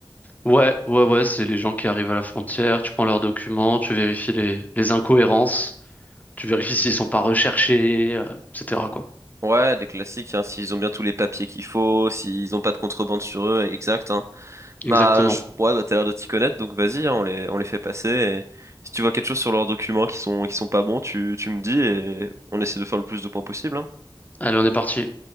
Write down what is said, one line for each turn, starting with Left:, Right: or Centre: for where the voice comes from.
Left: Ouais, ouais, ouais, c'est les gens qui arrivent à la frontière, tu prends leurs documents, tu vérifies les, les incohérences, tu vérifies s'ils sont pas recherchés, euh, etc., quoi.
Right: Ouais, des classiques, hein. S'ils ont bien tous les papiers qu'il faut, s'ils ont pas de contrebande sur eux, exact, hein.
Left: Exactement.
Right: Bah, je, ouais, bah t'as l'air de t'y connaître, donc vas-y, hein, on les, on les fait passer. Et si tu vois quelque chose sur leurs documents qui sont, qui sont pas bons, tu, tu me dis et on essaie de faire le plus de points possible, hein.
Left: Allez, on est parti.